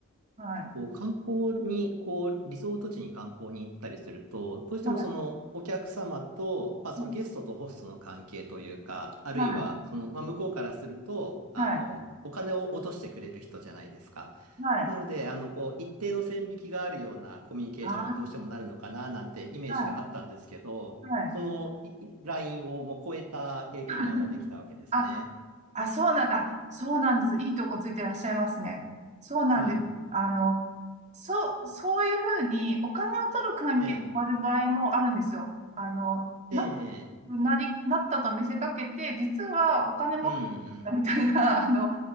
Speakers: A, on the right; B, on the right.
A: はい。
B: こう観光に、こう、リゾート地に観光に行ったりすると、どうしてもそのお客様と、
A: はい。
B: まあそのゲストとホストの関係というか、
A: うん
B: あるいはその、
A: は
B: まあ向こうからすると、あの、
A: い。はい。
B: お金を落としてくれる人じゃないですか。
A: はい。
B: なので、あの、こう、一定の線引きがあるようなコミュニケーションにどうしてもなるのかな、
A: ああ。
B: なんてイメージがあったんですけど、
A: はい。はい。
B: そのいいラインをもう超えた経験がじゃあできたわけですね。
A: <laughs> ああ、そうなん、あ、そうなんです。いいとこついてらっしゃいますね。そうなんです。
B: はい。
A: あの、そう、そういうふうにお金を取る関係に終わる場合もあるんですよ。
B: ええ、
A: あの、仲
B: ええ、
A: 良くなり、なったと見せかけて、実はお金もだみたいな、
B: うん、うん。
A: <laughs> あの、